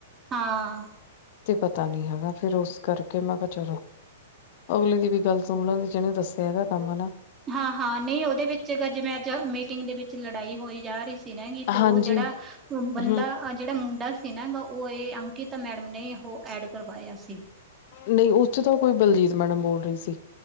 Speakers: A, on the right (about 20°); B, on the left (about 45°).
A: ਹਾਂ।
B: ਤੇ ਪਤਾ ਨੀ ਹੈਗਾ। ਫਿਰ ਉਸ ਕਰਕੇ ਮੈਂ ਕਿਹਾ- ਚਲੋ, ਅਗਲੇ ਦੀ ਵੀ ਗੱਲ ਸੁਣ ਲੈਂਦੀ। ਜਿਹਨੇ ਦੱਸਿਆ ਹੈਗਾ ਕੰਮ ਨਾਅ
A: ਹਾਂ- ਹਾਂ, ਨਹੀਂ ਉਹਦੇ ਵਿੱਚ ਗਜ ਮੈਂ ਜਿਵੇਂ ਅੱਜ ਮੀਟਿੰਗ ਦੇ ਵਿੱਚ ਲੜਾਈ ਹੋਈ ਜਾ ਰਹੀ ਸੀ। ਨਾਗੀ ਤੇ
B: ਹਾਂਜੀ
A: ਉਹ ਜਿਹੜਾ, ਮੁੰ ਬੰਦਾ,
B: ਹੂੰ
A: ਜਿਹੜਾ ਮੁੰਡਾ ਸੀ ਨਾ ਗ ਉਏ ਅੰਕਿਤਾ ਮੈਡਮ ਨੇ ਈ ਉਹ ਐਡ ਕਰਵਾਇਆ ਸੀ।
B: ਨਹੀਂ, ਉਸ ਚ ਤਾਂ ਕੋਈ ਬਲਜੀਤ ਮੈਡਮ ਬੋਲ ਰਹੀ ਸੀ।